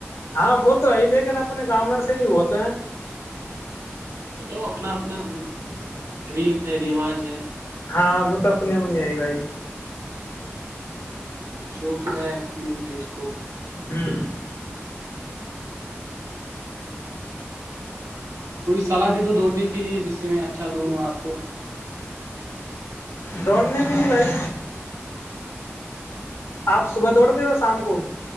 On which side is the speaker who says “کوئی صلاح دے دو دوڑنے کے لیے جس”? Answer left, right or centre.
Right